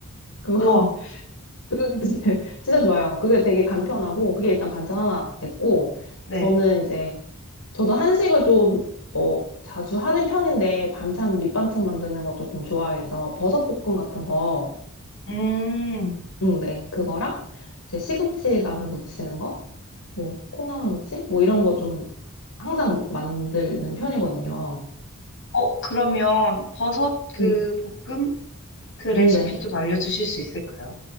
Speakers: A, on the left; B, on the left.
A: 그거
B: 우와.
A: <laughs> 그거 진짜 진짜 좋아요. 그게 되게 간편하고 그게 일단 반찬 하나 됐고
B: 네.
A: 저는 이제 저도 한식을 좀, 어, 자주 하는 편인데, 반찬, 밑반찬 만드는 거 조금 좋아해서, 버섯볶음 같은 거,
B: 음,
A: 응, 네, 그거랑, 제 시금치 나물 무치는 거, 뭐, 콩나물 무침? 뭐, 이런 거 좀, 항상 만드는 편이거든요.
B: 어, 그러면 버섯 그
A: 음.
B: 볶음 그 레시피
A: 음, 네.
B: 좀 알려주실 수 있을까요?